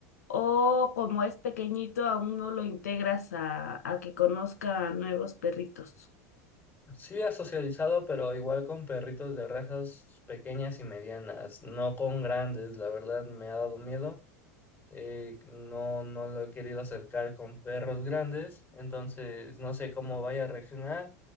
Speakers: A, on the left (about 75°); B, on the left (about 25°).
A: o como es pequeñito aún no lo integras a, a que conozca nuevos perritos?
B: Sí ha socializado, pero igual con perritos de razas pequeñas y medianas, no con grandes, la verdad me ha dado miedo. Eh, no, no lo he querido acercar con perros grandes, entonces no sé cómo vaya a reaccionar.